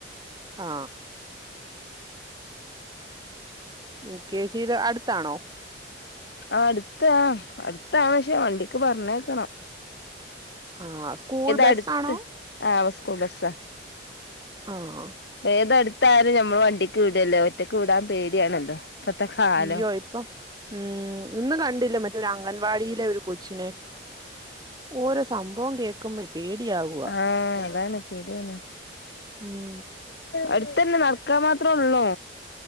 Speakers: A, on the right; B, on the left.
A: ആ യൂ കെ ജില് അടുത്താണോ
B: ആ അട്ത്ത് ആ അട്ത്താ പക്ഷേ വണ്ടിക്ക് പറഞ്ഞേക്കണം
A: ആഹ് സ്കൂൾ ബസ്സാണോ
B: അടുത്ത് ആ സ്കൂൾ ബസ്സാ
A: ആഹ
B: ഏതട്ത്തായാലും ഞമ്മൾ വണ്ടിക്ക് വിടല്ലോ ഒറ്റക്ക് വിടാൻ പേടിയാണല്ലോ ഇപ്പത്തെ കാലം
A: ഇയ്യോ ഇപ്പം ഉം ഇന്ന് കണ്ടില്ലേ മറ്റൊരു അംഗൻവാടിയിലെ ഒരു കൊച്ചിനെ ഓരോ സംഭവം കേക്കുമ്പോയെ പേടിയാവും
B: ആഹ അതാണ് പേടിയാണ്
A: ഉം
B: അടുത്തന്നെ നട ക്ക മാത്രേള്ളൂ